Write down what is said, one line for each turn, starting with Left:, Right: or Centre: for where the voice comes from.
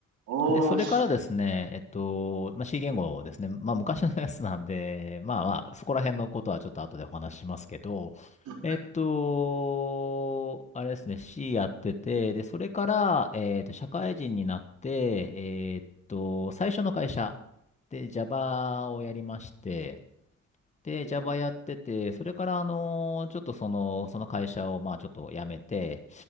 Right: おー、
Left: で、それからですね、
Right: シンプル。
Left: えっと、まあ、C 言語ですね。まあ、昔のやつなんで、まあまあ、そこら辺のことはちょっと後でお話ししますけど、
Right: はい
Left: えっと、あれですね、C やってて、で、それから、えっと、社会人になって、えっと、最初の会社で Java をやりまして、で、
Right: お
Left: Java やってて、それから、あの、ちょっとその、その会社を、まあ、ちょっと辞めて、